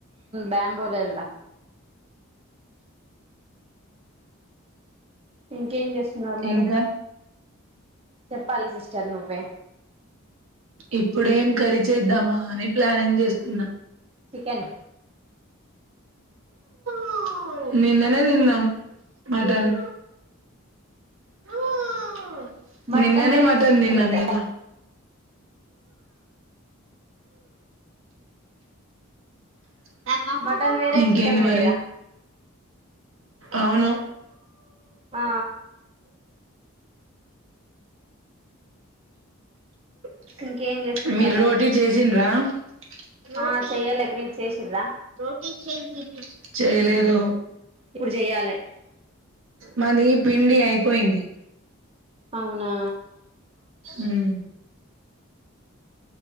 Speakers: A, on the right; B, on the right.
A: బ్యాంబోలో వెళ్దాం ఇంకేం చేస్తారు నర్మరి
B: ఇంకా
A: చెప్పాలి సిస్టర్ నువ్వే
B: ఇప్పుడేం కరిీ చేేద్దామా అని ప్లానింగ్ చేస్తున్నా
A: చికెన్
B: <inaudible> నిన్ననే తిన్నాం మటన్ <inaudible>
A: మటన్
B: నిన్ననే
A: వేరే
B: మటన్
A: చికెన్
B: తిన్నాం
A: వేరే
B: కదా <inaudible> <inaudible>
A: మటన్ వేరే
B: ఇంకేంది
A: చికెన్ వేరేగా
B: మరి అవును
A: ఆ
B: <inaudible>
A: ఇంకేం చేస్తున్నారు
B: మీరు
A: మరి
B: రోటీ చేసిండ్రా రోటీ
A: ఆ చెయ్యాలే మీరు చేసిర్రా
B: రోటీ చేయలేదు
A: ఇప్పుడు చెయ్యాలే
B: మాది పిండి అయిపోయింది
A: అవునా
B: హ్మ్మ్